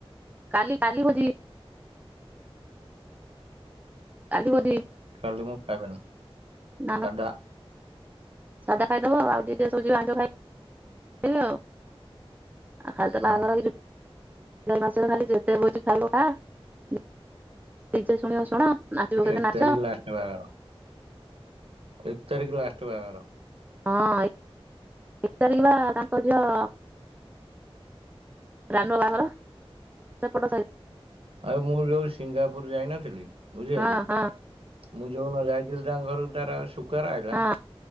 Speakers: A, on the right (about 15°); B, on the right (about 70°).
A: କାଲି କାଲି ଭୋଜି। କାଲି ଭୋଜି।
B: କାଲି ମୁଁ ଖାଇବିନି
A: ନା ନା
B: ସାଧା।
A: ସାଧା ଖାଇଦବ ଆଉ ଯିଏ ଯିଏ ସବୁ ଆଇଁଷ ଖାଇବେ। ଆତ ଖାଲି
B: ହଁ
A: ବାହାଘର ଭୋଜି। ଏ ମାସରେ ଖାଲି ଯେତେ ଭୋଜି ଖାଇବୁ ଖାଁ। ନିଜେ ଶୁଣିବ ଶୁଣ ନାଚିବ କେତେ
B: ଏକ
A: ନାଚ।
B: ତାରିଖ ଲାଷ୍ଟ ବାହାଘର ଏକ ତାରିଖ ଲାଷ୍ଟ ବାହାଘର।
A: ହଁ ଏ ତାରିଖ ବା ତାଙ୍କ ଝିଅ ରାନୁ ବାହାଘର ସେପଟ ସାହି।
B: ଆଉ ମୁଁ ଯୋଉ ସିଙ୍ଗାପୁର ଯାଇନଥିଲି ବୁଝିପାଇଲୁ।
A: ହଁ ହଁ
B: ମୁଁ ଯୋଉ ଦିନ ଯାଇଥିଲି ତାଙ୍କ ଘରକୁ ତାର ଶୁଖାର ହେକା।
A: ହଁ